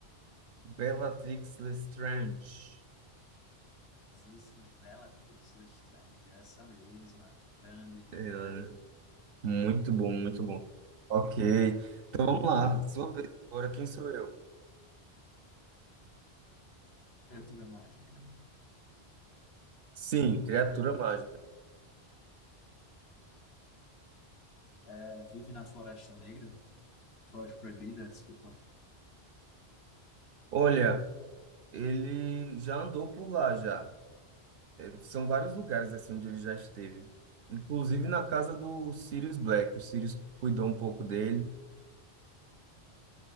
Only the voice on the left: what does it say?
Exíssima Bellatrix Lestrange, é essa mesma, grande.
Criatura mágica.
É, vive na Floresta Negra, Floresta Proibida, desculpa.